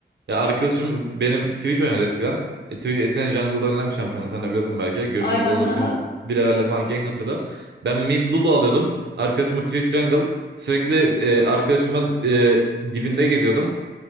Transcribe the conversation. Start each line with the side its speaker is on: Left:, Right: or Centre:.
Right: Ya arkadaşım benim Twitch oynadı eskiden. E, Twitch eskiden jungle'da oynanan bir şampiyonu. Sen de biliyorsun belki. Görünmez
Left: Aynen
Right: olduğu
Left: ha
Right: için
Left: ha.
Right: bir levelde falan gank atıyordu. Ben mid Lulu alıyordum. Arkadaşımı Twitch jungle. Sürekli e, arkadaşımın e, dibinde geziyordum.